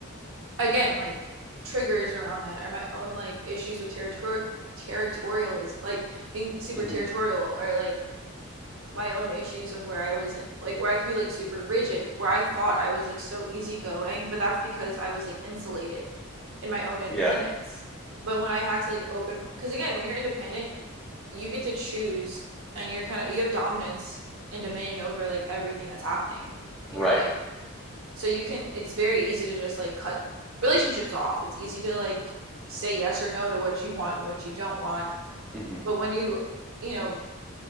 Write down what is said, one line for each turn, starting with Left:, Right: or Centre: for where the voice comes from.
Right: again like triggers around that or my own like issues with territory territorialism like being super
Centre: hmm
Right: territorial or like my own issues of where I wasn't like where I could be like super rigid, where I thought I was like so easygoing, but that's because I was like insulated in my own independence.
Centre: yeah
Right: But when I had to like open, because again, when you're independent, you get to choose and you're kind of you have dominance and dominion over like everything that's happening
Centre: right
Right: in your life. So you can, it's very easy to just like cut relationships off. It's easy to like say yes or no to what you want and what you don't want.
Centre: hmm
Right: But when you, you know,